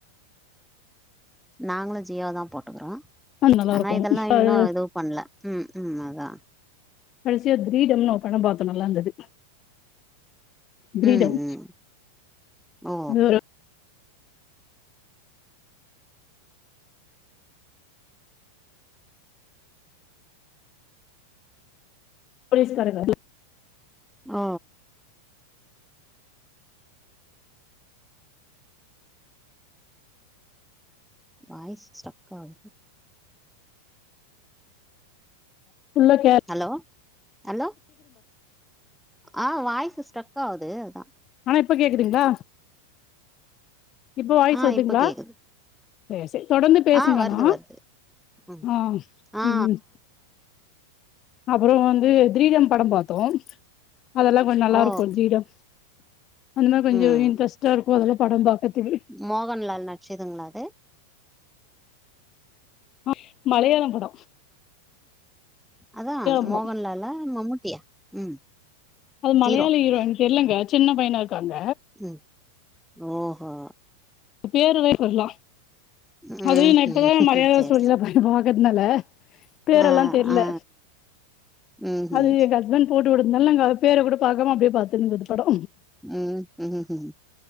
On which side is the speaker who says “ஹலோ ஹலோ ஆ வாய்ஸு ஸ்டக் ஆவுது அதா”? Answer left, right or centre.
Centre